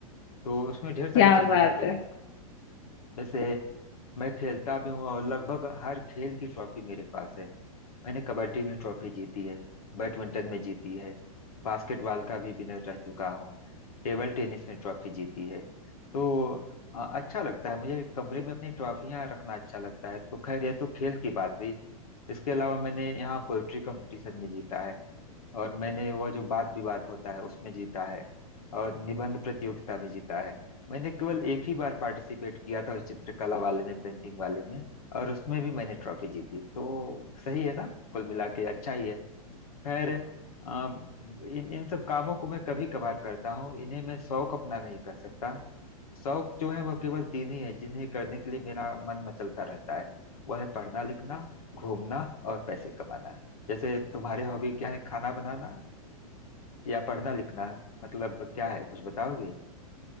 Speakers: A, on the left; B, on the left.
A: तो उसमें ढेर सारी
B: क्या
A: चीजें
B: बात
A: शामिल
B: है
A: हैं जैसे मैं खेलता भी हूँ और लगभग हर खेल की ट्रॉफी मेरे पास है मैंने कबड्डी में ट्रॉफी जीती है बैडमिंटन में जीती है बास्केटबॉल का भी विनर रह चुका हूँ टेबल टेनिस में ट्रॉफी जीती है तो अ, अच्छा लगता है मुझे कमरे में अपनी ट्रॉफियाँ रखना अच्छा लगता है तो खैर यह तो खेल की बात हुई इसके अलावा मैंने यहाँ पोएट्री कंपटीशन में जीता है और मैंने वह जो वाद विवाद होता है उसमें जीता है और निबंध प्रतियोगिता में जीता है मैंने केवल एक ही बार पार्टिसिपेट किया था उस चित्रकला वाले में पेंटिंग वाले में और उसमें भी मैंने ट्रॉफी जीती तो सही है ना कुल मिला के अच्छा ही है खैर आ, इन इन सब कामों को मैं कभी कभार करता हूँ इन्हें मैं शौक अपना नहीं कर सकता शौक जो है वह केवल तीन ही है जिन्हें करने के लिए मेरा मन मचलता रहता है वह है पढ़ना लिखना घूमना और पैसे कमाना जैसे तुम्हारे हॉबी क्या है खाना बनाना या पढ़ना लिखना मतलब क्या है कुछ बताओगी